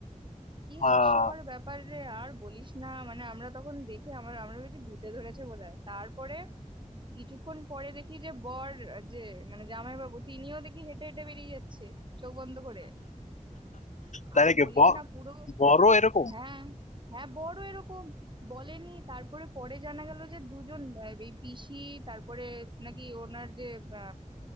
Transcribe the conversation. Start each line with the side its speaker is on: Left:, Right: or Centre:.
Right: কি
Left: আহ
Right: হাস্যকর ব্যাপার রে আর বলিস না মানে আমরা তখন দেখে আমার আমরা ভেবেছি ভূতে ধরেছে বোধহয় তারপরে কিছুক্ষণ পরে দেখি যে বর আহ, যে মানে জামাইবাবু তিনিও দেখি হেঁটে হেঁটে বেরিয়ে যাচ্ছে চোখ বন্ধ করে
Left: তাই
Right: আর
Left: নাকি
Right: বলিস
Left: ব-
Right: না পুরো
Left: বড় এরকম
Right: হ্যাঁ হ্যাঁ বড় এরকম বলেনি তারপরে পরে জানা গেল যে দুজন আহ, এই পিসি তারপরে নাকি ওনার যে আহ,